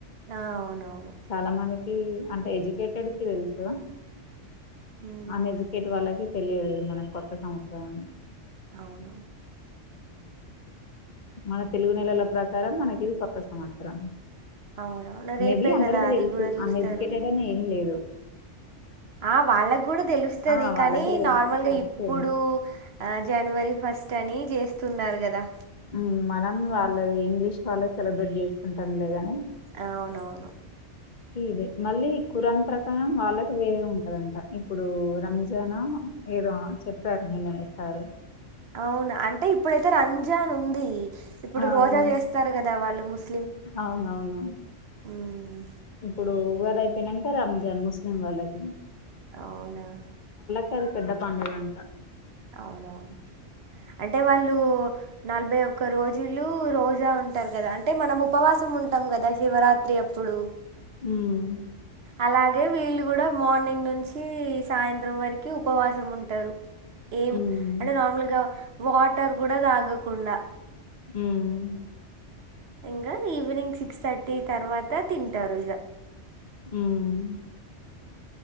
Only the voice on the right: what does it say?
ఆ అవునవును
ఉమ్
అవును.
అవునవును రేపే
కదా అది
కూడా చూస్తారు
ఆ వాళ్ళకి కూడా దెలుస్తది
కానీ,
నార్మల్గ
ఇప్పుడూ ఆ జనవరి ఫస్ట్ అని జేస్తున్నర్. గదా
అవునవును
అవును అంటే ఇప్పుడైతె రం జాన్ ఉంది ఇప్పుడు
రోజా
చేస్తారు కదా ద వాళ్ళ ముస్
ఉమ్,
అవునా
అవునవును అంటే వాళ్ళు నలభై ఒక్క రోజులు రోజా ఉంటారు కదా అంటే మనం ఉపవాసం ఉంటాం కదా శివరాత్రి అప్పుడు
అలాగే వీళ్ళు కూడా మార్నింగ్ నుంచి సాయంత్రం వరకి ఉపవాసం ఉంటారు ఏం
అంటే నార్మల్ గా వాటర్ కూడా తాగ కుండా
ఇంకా ఈవినింగ్ సిక్స్ థర్టీ తర్వాత తింటారు ఇగ